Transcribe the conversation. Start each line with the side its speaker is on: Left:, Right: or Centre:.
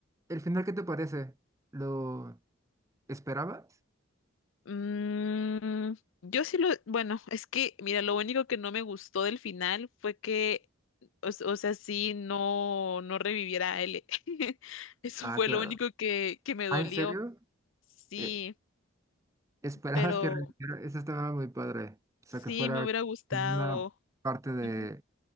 Right: ¿El final qué te parece? ¿Lo esperabas?
Left: Mm, yo sí lo, bueno, es que, mira, lo único que no me gustó del final fue que, o, s- o sea, sí, no, no reviviera a L. <laughs> Eso
Right: Ah,
Left: fue
Right: claro.
Left: lo único que, que me dolió.
Right: ¿Ah, en serio?
Left: Sí,
Right: E- Esperabas
Left: pero
Right: que reviviera, eso estaba muy padre. O
Left: sí,
Right: sea, que fuera
Left: me hubiera gustado.
Right: como una parte de
Left: Ujú.